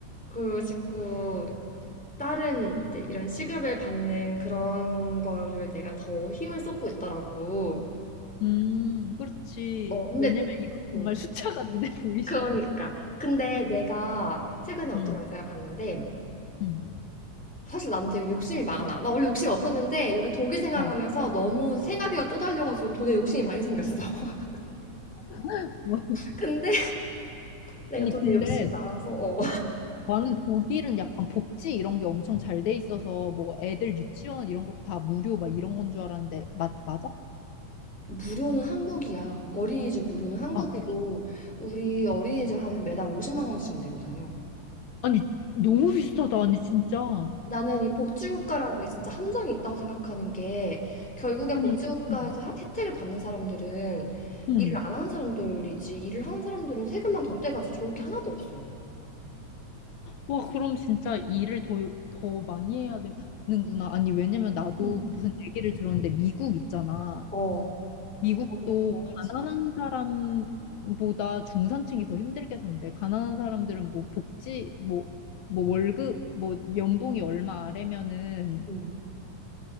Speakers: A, in the centre; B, on the left.
A: 그 자꾸 다른 이제 이런 시급을 받는 그런 거를 내가 더 힘을 쏟고 있더라고.
B: 음, 그렇지.
A: 어, 근데
B: 왜냐면 이거 정말
A: 어,
B: <laughs> 숫자가 눈에 보이잖아.
A: 그러니까. 근데 내가 최근에 어떤
B: 음,
A: 영상을 봤는데,
B: 음,
A: 사실 나는 되게 욕심이 많아. 나 원래 욕심이 없었는데, 여기 독일 생활을
B: 어.
A: 하면서 너무 생활비가 쪼달려가지고 돈에 욕심이 많이 생겼어. <laughs>
B: <laughs>
A: 근데 내가
B: 아니,
A: 돈에
B: 근데
A: 욕심이 많아서, 어.
B: 나는 독일은 약간 복지 이런 게 엄청 잘 돼 있어서 뭐 애들 유치원 이런 것도 다 무료 막 이런 건 줄 알았는데, 맞, 맞아?
A: 무료는 한국이야. 어린이집 무료는 한국이고,
B: 아, 그래?
A: 우리 어린이집 하면 매달 50만 원씩 내고 다녀.
B: 아니, 너무 비싸다. 아니, 진짜. 어머.
A: 나는 이 복지국가라는 게 진짜 함정이 있다고 생각하는 게 결국엔
B: 아니,
A: 복지국가에서
B: 음,
A: 하- 혜택을 받는 사람들은
B: 음.
A: 일을 안 하는 사람들이지 일을 하는 사람들은 세금만 더 떼가지 좋을 게 하나도 없어.
B: 와, 그럼 진짜 일을 더, 더 많이 해야 되는구나. 아니, 왜냐면 나도
A: 응
B: 무슨 얘기를 들었는데, 미국 있잖아.
A: 어,
B: 미국도
A: 거긴 더하지.
B: 가난한 사람보다 중산층이 더 힘들게 산대. 가난한 사람들은 뭐 복지, 뭐, 뭐 월급, 뭐 연봉이 얼마 아래면은
A: 응